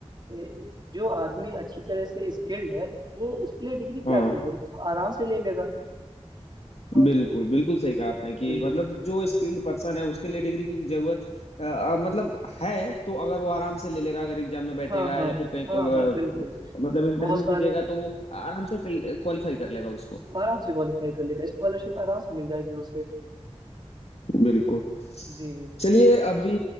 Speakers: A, on the right; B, on the left.
A: ए, जो आदमी अच्छी तरह से स्किल्ड है वो उसके लिए डिग्री क्या
B: हाँ
A: चीज़ है वो तो आराम से ले लेगा हाँ
B: बिल्कुल
A: तो
B: बिल्कुल सही कहा
A: बिल्कुल
B: आपने कि
A: बिल्कुल
B: मतलब
A: बिल्कुल
B: जो स्किल्ड पर्सन है उसके लिए डिग्री की जरूरत अ, अ, मतलब है तो अगर वो आराम से ले लेगा अगर एग्जाम में बैठेगा
A: हाँ हाँ
B: या फिर कहीं
A: हाँ
B: क-
A: हाँ बिल्कुल
B: अ, मतलब इंटरव्यू
A: बहुत सारे
B: भी देगा तो वो आराम से क्वालिफाई कर लेगा उसको
A: आराम से क्वालिफाई कर लेगा स्कॉलरशिप आराम से मिल जाएगी उसे
B: बिल्कुल
A: जी
B: चलिए अभी